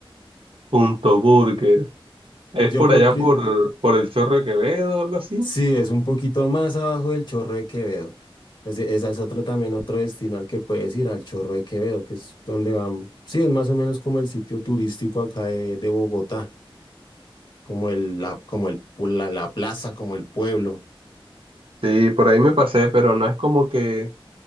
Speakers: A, on the right; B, on the left.
A: Punto Burger. Es
B: Yo
A: por
B: creo
A: allá
B: que
A: por, por el Chorro de Quevedo o algo así.
B: Sí, es un poquito más abajo del Chorro de Quevedo. Es de- esa es otro también otro destino al que puedes ir, al Chorro de Quevedo, que es donde van. Sí, es más o menos como el sitio turístico acá de, de Bogotá, como el, la, como el, pu- la, la plaza, como el pueblo.
A: Sí, por ahí me pasé, pero no es como que...